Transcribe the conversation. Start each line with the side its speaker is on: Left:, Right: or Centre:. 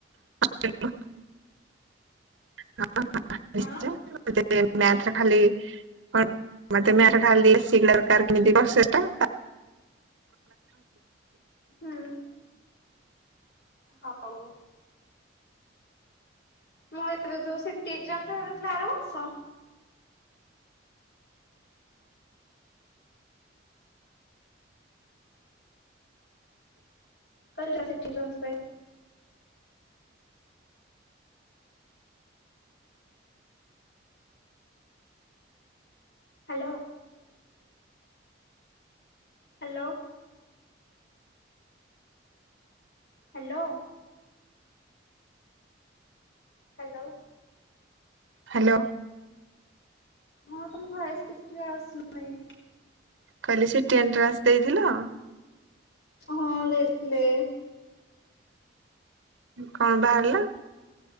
Right: <inaudible> <inaudible>
Left: କଣ
Right: ମ୍ୟାଥ୍ ରେ ଖାଲି ହଁ ମୋତେ ମ୍ୟାଥ୍ ଖାଲି <unintelligible> ସେଟା <inaudible>
Left: ହଁ। ହଉ। ମୁଁ ଏବେ ଯୋଉ ସିଟି ଏକ୍ଜାମ୍ ଯୋଉ ହେଇଥିଲା ଆର ବର୍ଷ। କରିଲା ସେଠି <unintelligible> hello. Hello. Hello. Hello.
Right: Hello.
Left: ହଁ ତୋମ ଭଏସ୍ କିଛି କ୍ଲିୟର୍ ଆସୁନାହିଁ।
Right: କହିଲି ସିଟି ଏଣ୍ଟ୍ରାନ୍ସ ଦେଇଥିଲ?
Left: ହଁ ଦେଇଥିଲି।
Right: କଣ ବାହାରିଲା?